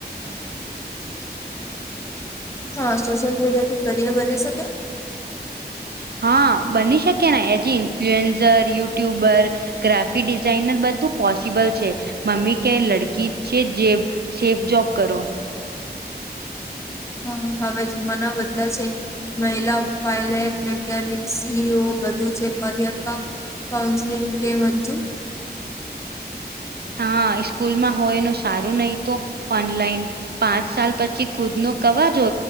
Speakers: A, on the left; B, on the right.
A: <inaudible> હા સોશિયલ મીડિયાથી કરિયર બની શકે.
B: હા બની શકે ને હજી ઇન્ફ્લુએન્ઝર યુટ્યુબર. ગ્રાફિક ડિઝાઇનર બધું પોસિબલ છે મમ્મી કે લડકી છે જે. સેફ જોબ કરો.
A: <inaudible> હા હવે જમાના બધલા છે <inaudible> મહિલા પાયલટ વૈજ્ઞાનિક સીઈઓ બધું છે કર <inaudible> કઉન્સેલિંગ કેમ હતું.
B: હા સ્કૂલમાં હોય ન સારું નહી તો ઓનલાઈન. પાંચ સાલ પછી ખુદ નુ કવા જો